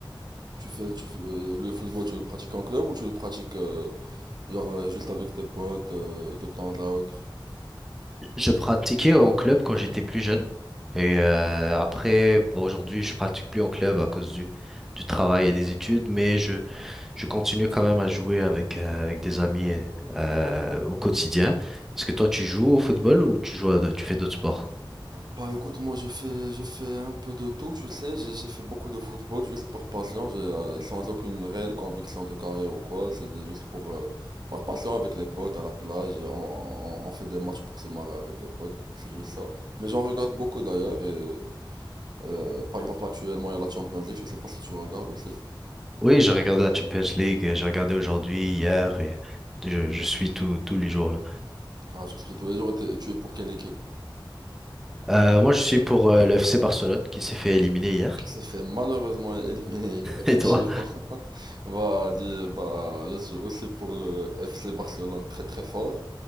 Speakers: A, on the right (about 55°); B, in the centre.
A: Tu fais, tu fais, euh, le football, tu le pratiques en club ou tu le pratiques euh, genre euh, juste avec tes potes euh, de temps à autre?
B: Je pratiquais en club quand j'étais plus jeune. Et euh, après, bon, aujourd'hui, je pratique plus en club à cause du, du travail et des études, mais je, je continue quand même à jouer avec, euh, avec des amis euh, au quotidien. Est-ce que toi, tu joues au football ou tu joues à, d'autres- tu fais d'autres sports?
A: Bah écoute, moi je fais, je fais un peu de tout, tu sais, j'ai j'ai fait beaucoup de football juste par passion, j'ai, euh, sans aucune réelle conviction de carrière ou quoi, c'était juste pour, euh, par passion avec les potes à la plage, on, on- on fait des matchs pour se marrer avec les potes, c'est juste ça. Mais j'en regarde beaucoup d'ailleurs, et euh, par exemple actuellement il y a la Champions League, je sais pas si tu regardes aussi.
B: Oui, j'ai regardé la Champions League, j'ai regardé aujourd'hui, hier, et je, je suis tout, tous les jours là.
A: Ah, je suis tous les jours, et t'es- tu es pour quelle équipe?
B: Euh, moi, je suis pour euh, le FC Barcelone qui s'est fait éliminer hier.
A: Il s'est fait malheureusement éliminer, <laughs> effectivement.
B: <laughs> Et toi?
A: <laughs> Bah, dit, bah, je suis aussi pour le FC Barcelone très très fort.